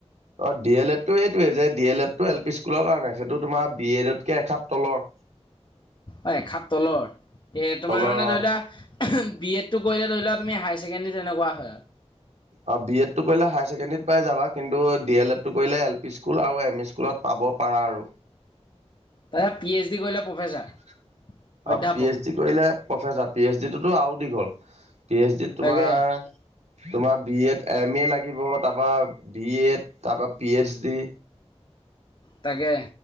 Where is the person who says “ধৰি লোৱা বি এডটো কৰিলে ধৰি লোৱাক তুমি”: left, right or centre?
Left